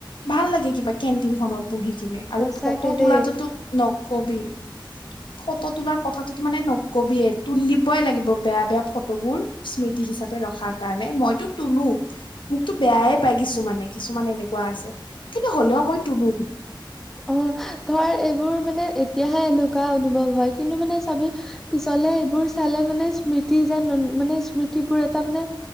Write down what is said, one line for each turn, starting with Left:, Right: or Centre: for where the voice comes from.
Left: ভাল লাগে কিবা কেণ্টিনখনত বহি কিনে। আৰু
Centre: সঁচাকে
Left: ফটো
Centre: দেই।
Left: তোলাটোতো নকবি। ফটো তোলাৰ কথাটো মানে নকবিয়ে তুলিবই লাগিব বেয়া বেয়া ফটোবোৰ। স্মৃতি হিচাপে ৰখাৰ কাৰণে। মইতো তুলো, মোকতো বেয়াই পাই কিছুমানে, কিছুমানে এনেক্ কুৱা আছে কিন্তু হ'লেও মই তুলো।
Centre: অঁ ধৰ এইবোৰ মানে এতিয়াহে এনেকুৱা অনুভৱ হয় কিন্তু মানে চাবি পিছলে এইবোৰ চালে মানে স্মৃতি যেন অনু মানে স্মৃতিবোৰ এটা মানে